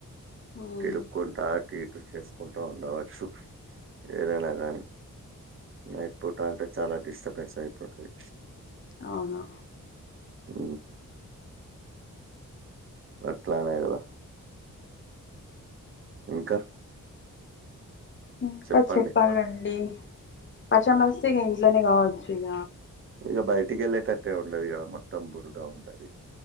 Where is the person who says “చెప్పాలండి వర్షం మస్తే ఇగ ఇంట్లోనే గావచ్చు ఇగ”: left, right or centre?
Left